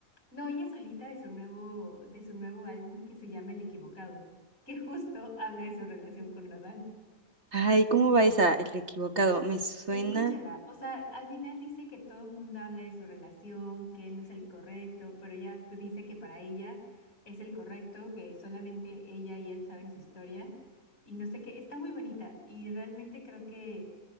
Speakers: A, on the left (about 60°); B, on the right (about 45°).
A: No, ella solita de su nuevo, de su nuevo álbum que se llama El Equivocado, que justo habla de su relación con Nadal.
B: Ay, ¿cómo va esa? El equivocado, me suena.
A: Escúchala, o sea, al final dice que todo el mundo habla de su relación, que él no es el correcto, pero ella dice que para ella es el correcto, que solamente ella y él saben su historia, y no sé qué, está muy bonita, y realmente creo que